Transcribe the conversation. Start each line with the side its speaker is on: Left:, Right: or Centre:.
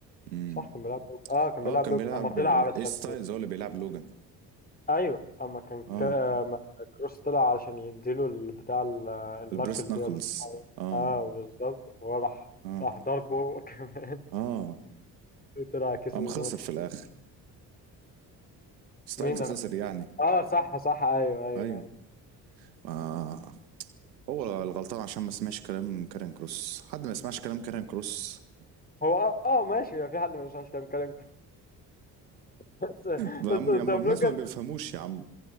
Right: امم
Left: صح كان بيلعب لوجان اه كان
Right: اه
Left: بيلعب
Right: كان
Left: لوجان
Right: بيلعب
Left: اما طلع علشان
Right: ايج ستايلز
Left: ي-
Right: هو اللي بيلعب لوجان
Left: ايوه اما كان
Right: اه
Left: ك... أما كروس طلع علشان يديله البتاع ال- النكل
Right: البريست ناكلز
Left: دي ولا اسمها ايه
Right: اه
Left: اه بالظبط وراح
Right: اه
Left: راح ضربه <laughs> هو كمان
Right: اه
Left: طلع كسب
Right: قام
Left: الماتش
Right: خسر في الاخر ستايلز
Left: مين اه
Right: خسر يعني
Left: أيوة. صح صح ايوه ايوه
Right: ايوه
Left: ايوه
Right: ما هو الغلطان عشان ما سمعش كلام كارين كروس حد ما يسمعش كلام كارين كروس
Left: هو اه آه، ماشي في حد ما ينفعش كلام كلام <laughs> بس
Right: ده
Left: بس
Right: يا عم
Left: قدام
Right: يا عم الناس
Left: لوجان
Right: ما بيفهموش يا عم